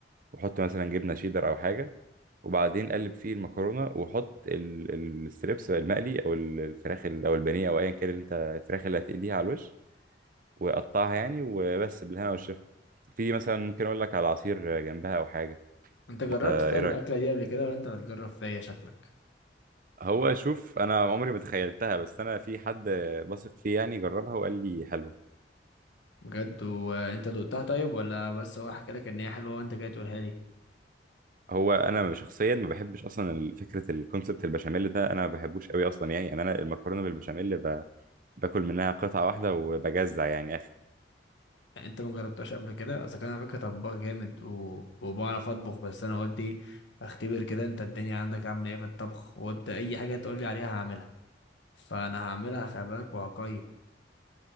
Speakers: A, on the right (about 50°); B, on the left (about 80°).
A: وحط مثلا جبنه شيدر او حاجه وبعدين قلب فيه المكرونه وحط ال- ال- الستريبس المقلي او ال- الفراخ ال- او البانيه او ايا كان اللي انت الفراخ اللي هتقليها على الوش وقطعها يعني وبس بالهنا والشفا في مثلا ممكن اقول لك على عصير جنبها او حاجه
B: انت جربت
A: انت ايه
B: طيب
A: رايك
B: الاكله دي قبل كده ولا انت هتجرب فيا شكلك
A: هو شوف انا عمري ما تخيلتها بس انا في حد بثق فيه يعني جربها وقال لي حلوه
B: بجد وانت دقتها طيب ولا بس هو حكى لك ان هي حلوه وانت جاي تقولها لي
A: هو انا شخصيا ما بحبش اصلا ال- فكره الكونسبت البشاميل ده انا ما بحبوش قوي اصلا يعني انا أنا المكرونه بالبشاميل باكل منها قطعة واحدة وبجزع يعني اخر
B: يعني انت ما جربتهاش قبل كده اصل كان على فكره طباخ جامد و... وبعرف اطبخ بس انا قلت ايه اختبر كده انت الدنيا عندك عامله ايه في الطبخ وقلت اي حاجه تقول لي عليها هعملها فانا هعملها خلي بالك وهقيم